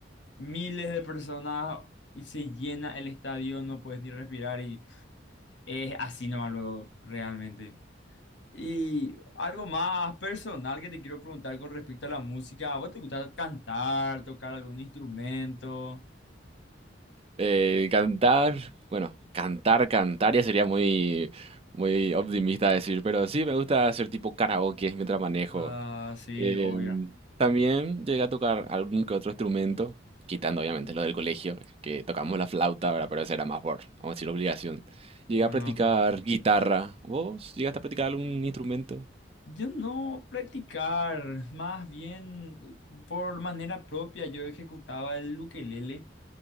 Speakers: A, on the left (about 70°); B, on the right (about 30°).
A: miles de personas y se llena el estadio, no puedes ni respirar y es así nomás luego, realmente. Y algo más personal que te quiero preguntar con respecto a la música. ¿A vos te gusta cantar, tocar algún instrumento?
B: eh, cantar, bueno, cantar, cantar ya sería muy, muy optimista decir, pero sí me gusta hacer tipo karaoke mientras manejo,
A: Ah, sí,
B: Eh,
A: obvio,
B: también llegué a tocar algún que otro instrumento, quitando obviamente lo del colegio, que tocamos la flauta, ¿verdad? Pero eso era más por, vamos a decir, obligación. Llegué
A: conozco.
B: a practicar guitarra. ¿Vos llegaste a practicar algún instrumento?
A: Yo no practicar, más bien por manera propia yo ejecutaba el ukelele